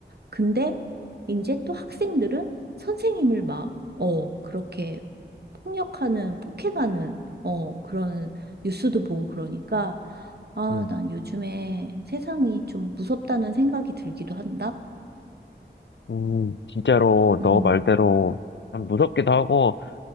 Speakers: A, on the right (about 60°); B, on the left (about 80°).
A: 근데 이제 또 학생들은 선생님을 막, 어, 그렇게 폭력하는, 폭행하는, 어, 그런 뉴스도 보고 그러니까, 아,
B: 음,
A: 난 요즘에 세상이 좀 무섭다는 생각이 들기도 한다?
B: 음, 진짜로
A: 음,
B: 너 말대로 참 무섭기도 하고,